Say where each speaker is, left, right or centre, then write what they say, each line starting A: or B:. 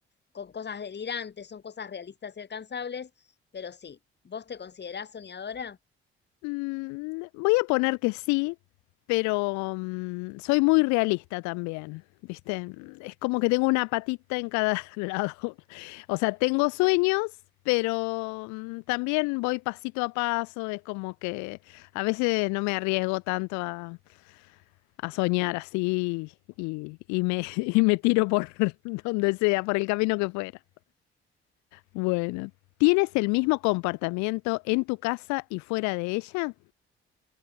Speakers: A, on the left; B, on the left.
A: con cosas delirantes, son cosas realistas y alcanzables, pero sí, ¿vos te considerás soñadora?
B: Mm, voy a poner que sí, pero mm, soy muy realista también, ¿viste? Es como que tengo una patita en cada <laughs> lado. O sea, tengo sueños, pero mm, también voy pasito a paso. Es como que a veces no me arriesgo tanto a, a soñar así y, y me, <laughs> y me tiro por <laughs> donde sea, por el camino que fuera. Bueno, ¿tienes el mismo comportamiento en tu casa y fuera de ella?